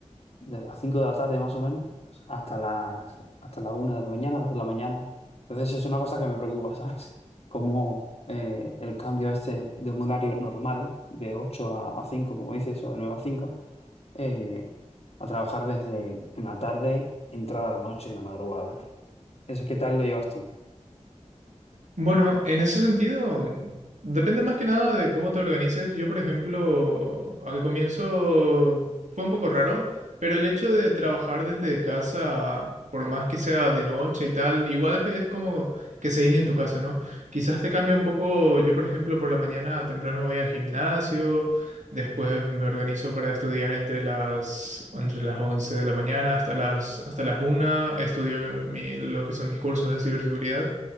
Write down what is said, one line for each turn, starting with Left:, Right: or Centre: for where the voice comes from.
Left: de las cinco de la tarde más o menos hasta las, hasta la una de la mañana, dos de la mañana. Entonces es una cosa que me preocupa, <laughs> ¿sabes? Como eh, el cambio este de un horario normal, de 8 a, a 5 como dices, o de 9 a 5 eh, a trabajar desde en la tarde, entrada a la noche, en la madrugada. ¿Eso qué tal lo llevas tú?
Right: Bueno, en ese sentido, mm, depende más que nada de cómo te organices. Yo, por ejemplo, al comienzo fue un poco raro, pero el hecho de trabajar desde casa, por más que sea de noche y tal, igual es que es como que seguís en tu casa, ¿no? Quizás te cambia un poco. Yo, por ejemplo, por la mañana temprano voy al gimnasio, después me organizo para estudiar entre las, entre las 11 de la mañana hasta las, hasta las una. estudio mi- mi- lo que son mis cursos de ciberseguridad.